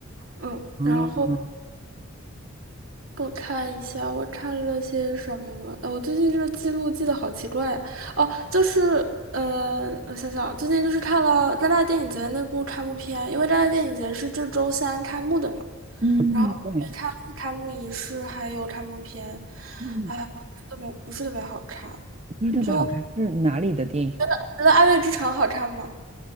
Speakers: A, on the right; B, on the right.
A: 嗯，
B: 嗯。
A: 然后我看一下，我看了些什么？呃，我最近这个记录记得好奇怪呀、哦，就是呃，我想想啊，最近就是看了戛纳电影节那部开幕片，因为戛纳电影节是这周三开幕的嘛，
B: 嗯，
A: 然后看开幕仪式还有开幕片，
B: 对，嗯，
A: 哎，不是特别不是特别好看。
B: 不是特别好看，
A: 就
B: 是哪里的电影？
A: 觉得《爱乐之城》好看吗？